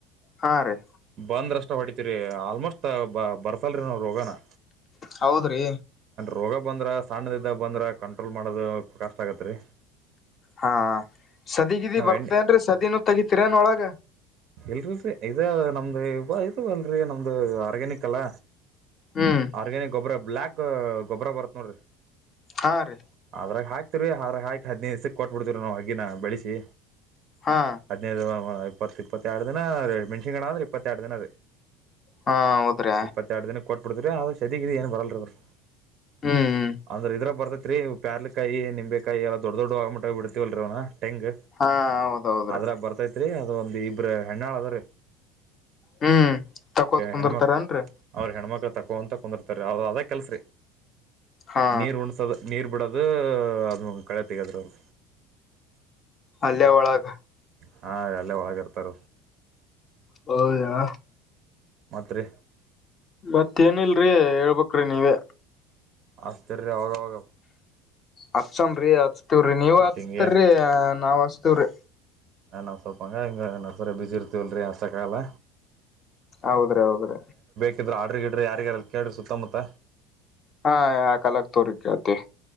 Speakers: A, on the left; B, on the right.
A: ಹಾ ರೀ
B: ಬ ರಷ್ಟ. ಪಡಿತೀ ರೀ ಆಲ್ಮೋಸ್ಟ್. ತಬ. ಬರ್ತಲ್ ರೀ ನಾವು ರೋಗನಾ.
A: ಹೌದ್ರಿ
B: ರೋಗ ಬಂದ್ರೆ ಸಣ್ಣದಿಂದ ಬಂದ್ರೆ ಕಂಟ್ರೋಲ್ ಮಾಡೋದು ಕಾಷ್ಟ ಆಗತ್ತ ರೀ.
A: ಹಾ ಸದಗಿದಿ ಬರ್ತೇನ್ರಿ
B: ಎಣ್ಣೆ
A: ಸದಿನೂ ತಗತಿೀರನ್ೊಳಗ.
B: ಇಲ್ರಿಲ್ರರಿ ಇದೇ ನಮ್ದ್ ಇ ಅಲ್ರರಿ ನಮ್ದು ಆರ್ಗ್ಯನಿಕ್ ಅಲ್ಲ.
A: ಹ್ಮ್
B: ಆರ್ಗ್ಯಾನಿಕ್ ಗೊಬ್ಬರ. ಬ್ಲ್ಯಾಕ್ ಗೊಬ್ಬರ ಬರುತ್ತತ್ ನೋಡಿರಿ.
A: ಹಾ ರೀ
B: ಅದ್ರಾಗ ಹಾಕ. ಹಯಕಕ್ ಹದಿನೈದು ದ್ಸಕ್ ಕೊಟ್ಬ ಬಿಡ್ತತಿರಿ ನಾವು ಹಗ್ಗಿನ ಬೆಳಸಿ.
A: ಹಾ
B: ಹದ್ಿನೈದು. ಪ್ಪತ್ತು. ಇಪ್ಪತ್ತೆರಡು ದಿನ ಮೆಣಸಿಂಗಣ ಆದ್ರ ಇಪ್ಪತ್ತೆರಡು ದಿನ ಅದು
A: ಹಾ ಹೌದ್ರಿ
B: ಇಪ್ಪತ್ತೆರಡು ದಿನಕ್ಕೆ ಕೊಟ್ಬಿಡ್ತರಿ ಆದ. ಸತಗತಿ ಏನು ಬರಲ್ಲರ ಬರ್
A: ಹ್ಮ್
B: ಅಂದ್ರೆ ಇದ್ರ ಬರ್ತ ರೀ ಪ್ಯಾರ್ಾಲಕಾಯಿ ನಿಂಬೆಕಾಯಿ ಎಲ್ಲ ದೊಡ್ಡ ದೊಡ್ಡೋಗಿಟ್ಟ್ ಬಿಡ್ತವಲ್ರಿ ಅವ್ನ. ಟೆಂಗ್
A: ಹಾ ಹೌದೌದ್ರಿ
B: ಅದ್ರ ಬರ್ತೈತಿ. ಅದು ಒಂದು. ಅರ ಹೆಣ್ಣಳದರು.
A: ಹ್ಮ್ ತಕೋತ್ ಕುಂದಿರ್ತಾರನ್ರಿ
B: ಹೆಣ್ಮಕ್ ಅವ್ರ ಹೆಣ್ಮಕ್. ತಕೋ ಅಂತ ಕುಂದಿರ್ತಾರೆ ಯಾವದಾಗ ಕೆಲಸ್ರೀ.
A: ಹಾ
B: ನೀರು ಉಣಿಸದ. ನೀರು ಬಿಡೋದು ಅದು ಕಳೆಯ ತೆಗೆದ್ರ ಅವರು
A: ಅಲ್ಲಯ ಒಳಾಗ
B: ಹಾ ಎಲ್ಲೇ ಒಳಗ ಇರ್ತಾರ
A: ಹೌದಾ
B: ಮಾತ್ತೆ
A: ಮತ್ತೇಏನಲ್ರಿ ಹೇಳ್ಬೇಕು ನೀವೇ
B: ಆಸ್ತ ಅವಾಗಾಗ
A: ಹತ್ಸನ್ರಿ ಹಚ್ತವ್ರಿ ನೀವ
B: ಮತ್
A: ಹಚ್ತರಿರಿ
B: ಹಿಂಗ
A: ನಾವ್ ತ್ತರ
B: ನಾನು ಸ್ವಲ್ಪ ಅಂಗ-ಇಂಗ ಸರ ಬಿಸಿ ಇರ್ತೀವಲ್ರರಿ ಅಚ್ಚಕಾಗಲ್ಲ
A: ಹೌದ್ರಿ ಹೌದ್ರಿ
B: ಕಿದ್ರರು ಹಾರ್ಟ್ರು ಇಡ್ರಿ ಯಾರಿಗೆಾರ ಕೇಳ್ರಿ ಸುತ್ತಮುತ್ತ
A: ಹಾ ಯಾ ಕಾಲಕ್ ತುರಿ ಕೇಳ್ತೀವಿ